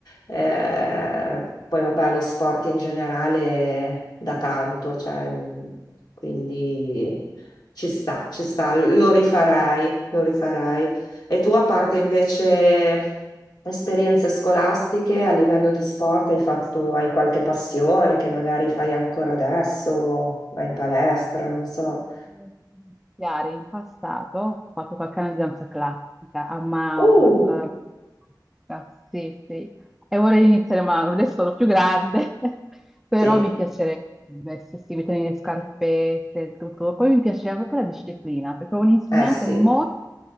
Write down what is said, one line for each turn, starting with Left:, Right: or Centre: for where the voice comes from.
Left: Eh, poi vabbè, lo sport in generale da tanto, cioè, mh, quindi ci sta, ci sta, lo rifarei, lo rifarei. E tu, a parte invece esperienze
Centre: <laughs>
Left: scolastiche a livello di sport, hai fatto, hai qualche passione che magari fai ancora adesso, vai in palestra, non so.
Centre: Iniziare in passato, ho fatto qualche anno di danza classica, a Mao,
Left: Uh,
Centre: danza, la danza classica, sì, sì, e vorrei iniziare, ma adesso sono più grande, <laughs> però
Left: sì,
Centre: mi piacerebbe, se si mettono le scarpette, il tutto. Poi mi piaceva proprio la disciplina, perché ho un'insegnante
Left: eh sì,
Centre: molto